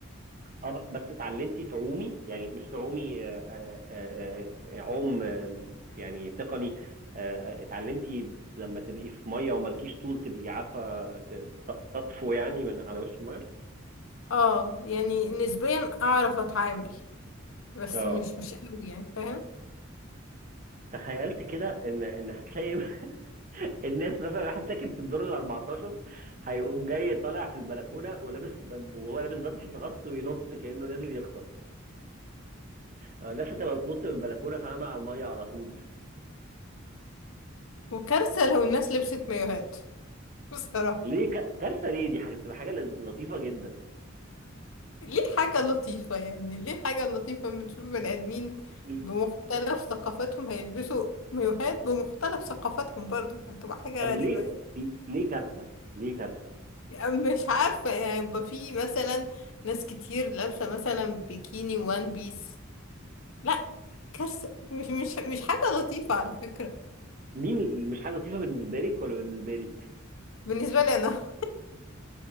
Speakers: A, on the right; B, on the left.
A: اه ب- بس اتعلمتي تعومي يعني مش تعومي آه، آه، آه، آه، عوم آه، يعني تقني آه، آه، اتعلمتي لما تبقي في ميه ومالكيش طول تبقي عارفه ت- ت- تطفو يعني من على وش الميه
B: اه يعني نسبيا اعرف اتعامل بس
A: اه
B: مش مش قوي يعني فاهم
A: تخيلت كده ان ان هتلاقي <laughs> الناس مثلا واحد ساكن في الدور ال 14 هيقوم جاي طالع في البلكونه ولابس وهو لابس بدله الغطس وينط كانه نازل يغطس الناس هتبقى بتنط من البلكونه فاهمه على الميه على طول
B: وكارثة لو الناس لبست مايوهات <laughs> بصراحة
A: ليه ك... كارثه ليه دي حاجه بتبقى حاجه ل- لطيفه جدا
B: ليه حاجة لطيفة يعني ليه حاجة لطيفة لما تشوف بني آدمين
A: ل-
B: بمختلف ثقافاتهم هيلبسوا مايوهات بمختلف ثقافاتهم برضه فهتبقى حاجة
A: طب
B: غريبة
A: ليه
B: يعني
A: ليه كارثه ليه كارثه
B: يعني مش عارفة يعني يبقى في مثلا ناس كتير لابسة مثلا بيكيني وان بيس لا كارثة مش مش مش حاجة لطيفة على فكرة
A: مين مش حاجه لطيفه بالنسبه لك ولا بالنسبه لي
B: بالنسبة لي أنا <laughs>